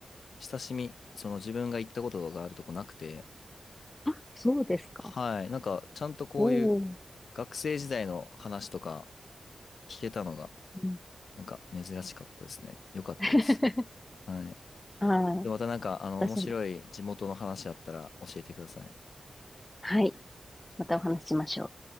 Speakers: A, on the left (about 70°); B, on the left (about 15°).
A: 親しみ、その自分が行ったことがあるとこなくて、
B: あ、そうですか。
A: はい。なんか、ちゃんとこういう
B: おお。
A: 学生時代の話とか聞けたのが、
B: うん
A: なんか珍しかったですね。よかったです。
B: <laughs>
A: はい。
B: はい。
A: で、またなんか、あの、
B: 私も。
A: 面白い地元の話あったら教えてください。
B: はい。またお話ししましょう。